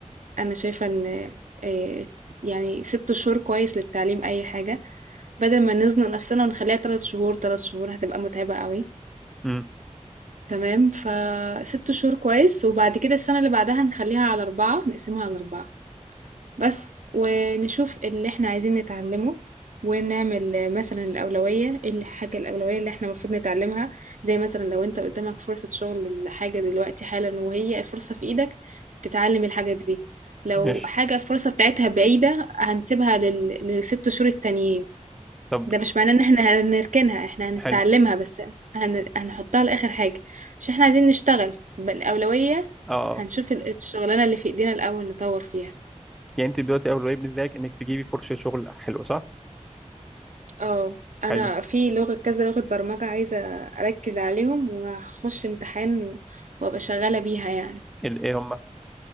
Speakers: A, on the right; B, in the centre.
A: أنا شايفة إن آآ يعني 6 شهور كويس للتعليم أي حاجة، بدل ما نزنق نفسنا ونخلّيها 3 شهور، 3 شهور هتبقى متعبة أوي،
B: مم.
A: تمام؟ ف6 شهور كويس، وبعد كده السنة اللي بعدها نخلّيها على 4 نقسمها على 4. بس ونشوف اللي إحنا عايزين نتعلمه ونعمل مثلا الأولوية إيه الحاجة الأولوية اللي إحنا المفروض نتعلمها زي مثلا لو أنت قدامك فرصة شغل لحاجة دلوقتي حالا وهي الفرصة في إيدك تتعلم الحاجة دي لو
B: ماشي
A: حاجة الفرصة بتاعتها بعيدة هنسيبها لل... للست شهور التانيين
B: طب
A: ده مش معناه إن إحنا هنركنها إحنا هنستعلمها
B: حلو
A: بس هن... هنحطها لآخر حاجة عشان إحنا عايزين نشتغل بالأولوية
B: اه
A: هنشوف ال- الشغلانة اللي في إيدينا الأول نطور فيها
B: يعني انت دلوقتي اول واجب بالنسبه لك انك تجيبي فرصه شغل حلو صح
A: آه، أنا
B: حلو
A: في لغة كذا لغة برمجة عايزة أركز عليهم وهاخش امتحان و- وأبقى شغالة بيها يعني
B: ال- ايه هما